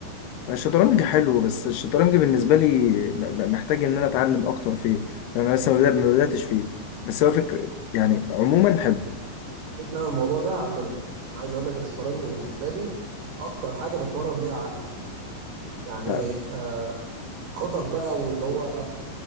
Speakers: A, on the left (about 70°); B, on the right (about 60°).
A: الشطرنج حلو بس الشطرنج بالنسبه لي م- م- محتاج ان انا اتعلم اكتر فيه لأن انا لسه ما بدأ- ما بداتش فيه بس هو فكر يعني عموما حلو
B: انا الموضوع ده هعلمك انا عايز اقول لك الشطرنج بالنسبه لي اكتر حاجه بتمرن بيها عقلك يعني
A: لا
B: آه، خطط بقى واللي هو